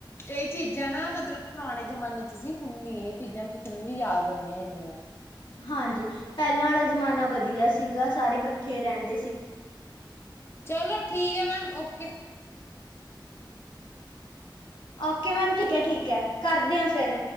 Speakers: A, on the left; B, on the left.
A: ਇਹ ਚੀਜ਼ਾਂ ਨਾ ਮਤਲਬ ਪੁਰਾਣੇ ਜਮਾਨੇ ਚ ਸੀਂ, ਹੁੰਣ ਨੀ ਇਹ ਚੀਜ਼ਾਂ ਕਿਸੇ ਨੂੰ ਵੀ ਯਾਦ ਨਹੀਂ ਹੈ ਇੰਨੀਆਂ।
B: ਹਾਂਜੀ ਪਹਿਲਾਂ ਵਾਲਾ ਜ਼ਮਾਨਾ ਵਧੀਆ ਸੀਗਾ ਸਾਰੇ ਇਕੱਠੇ ਰਹਿੰਦੇ ਸੀ।
A: ਚਲੋ ਠੀਕ ਐ ਮੈਮ, ਓਕੇ।
B: ਓਕੇ ਮੈਮ ਠੀਕ ਹੈ ਠੀਕ ਹੈ ਕਰਦੇ ਹਾਂ ਫਿਰ